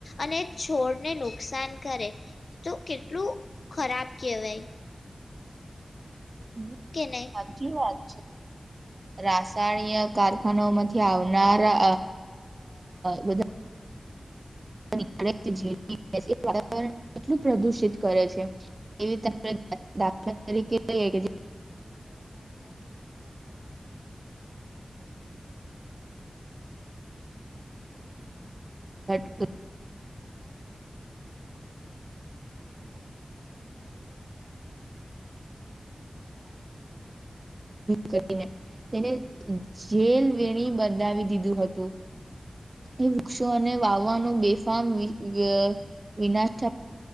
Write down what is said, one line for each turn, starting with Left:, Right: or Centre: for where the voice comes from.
Left: અને છોડને નુકસાન કરે. તો કેટલું ખરાબ કેહેવાય.
Right: હમ
Left: નહી
Right: સાચી વાત. રાસાયણિક કારખાનામાંથી આવનાર અ બધા? <unintelligible> વાવરણ કેટલું પ્રદુષિત કરે છે? એ દાખલા તરીકે? <unintelligible> ણ કરીને તેને જેલ વેણી બનાાવી દીધુંપભ <inaudible> હતું એ વૃક્ષો અને વાવ હ વિનાશ